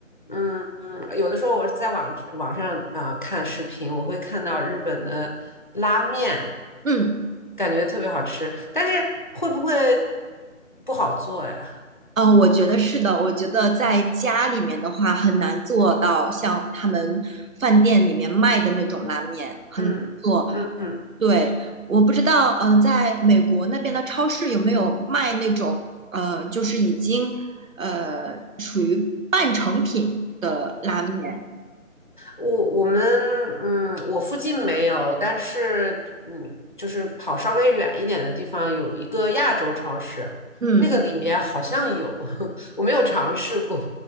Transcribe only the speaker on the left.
嗯，嗯有的时候我是在网网上啊、呃看视频，我会看到日本的拉面，
感觉特别好吃，但是会不会不好做呀？
嗯嗯嗯，
我我们嗯，我附近没有，但是比嗯，就是跑稍微远一点的地方有一个亚洲超市，
那个里边好像有，<laughs> 我没有尝试过。